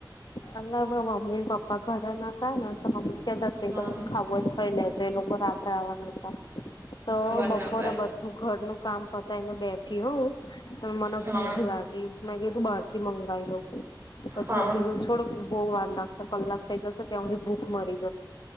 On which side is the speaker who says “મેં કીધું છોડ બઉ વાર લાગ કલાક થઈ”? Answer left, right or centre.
Left